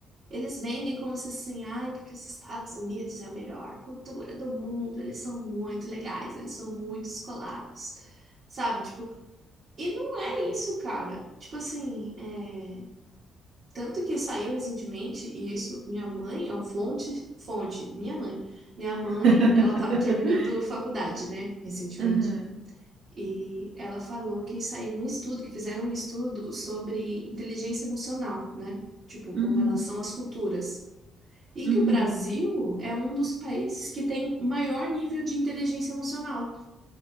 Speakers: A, on the right; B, on the right.
A: Eles vendem como se assim, ai, porque os Estados Unidos é a melhor cultura do mundo, eles são muito legais, eles são muito descolados, sabe? Tipo, e não é isso, cara. Tipo assim, é... tanto que saiu recentemente, e isso, minha mãe, ó, fonte, fonte, minha mãe. Minha mãe,
B: <laughs>
A: ela tava terminando faculdade, né, recentemente.
B: Aham.
A: E ela falou que saiu um estudo, que fizeram um estudo sobre inteligência emocional, né? Tipo,
B: Uhum.
A: com relação às culturas. E
B: Uhum.
A: que o Brasil é um dos países que tem maior nível de inteligência emocional.